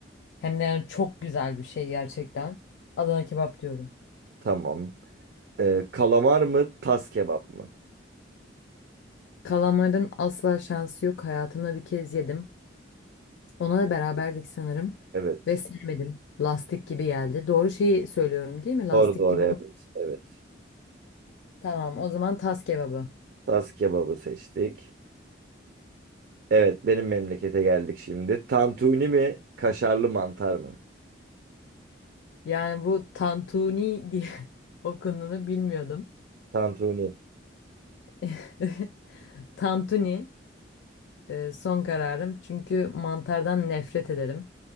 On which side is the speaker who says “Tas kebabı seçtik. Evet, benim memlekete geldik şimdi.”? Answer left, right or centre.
Right